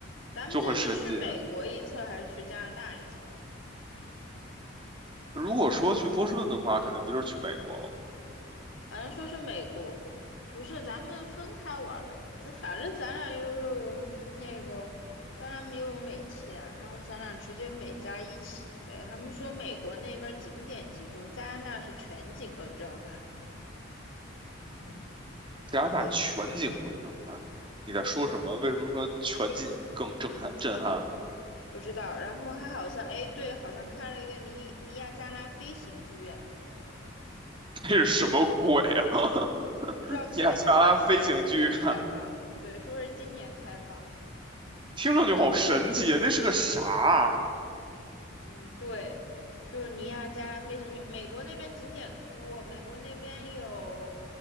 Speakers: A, on the left; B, on the right.
A: 咱们这次去美国一侧还是去加拿大一侧呀？
B: 就很神奇。如果说去波士顿的话，肯定不就是去美国了吗？
A: 好像说是美国，不是，咱们分开玩儿呗。这反正咱俩又又有那个，咱俩又有美签，然后咱俩直接美加一起呗。他们说美国那边儿景点集中，加拿大是全景更震撼。嗯，
B: 加拿大全景更震撼，
A: 对，
B: 你在说什么？
A: 嗯，
B: 为什么说全景更震撼？震撼？
A: 不知道。然后还好像，哎，对，好像开了一个尼尼亚加拉飞行剧院，
B: <laughs> 这是什么鬼啊？<laughs>
A: 不知道开没开放，
B: 亚特拉飞行剧院，
A: 说是今年开放，对，说是今年开放。
B: 听上去好神奇啊！那是个啥啊？
A: 嗯，对，就是尼亚加拉飞行圈，美国那边景点多，美国那边有